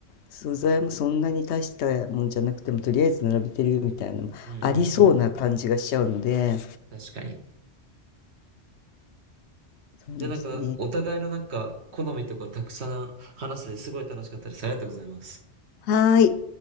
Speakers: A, on the left; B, on the right.
A: 素材もそんなに大したもんじゃなくてもとりあえず並べてるみたいなのもありそうな感じがしちゃうので
B: うんうんうん。確かに。
A: そうですね
B: じゃあなんか、お互いのなんか、好みとかたくさん話せてすごい楽しかったです。ありがとうございます。
A: はーい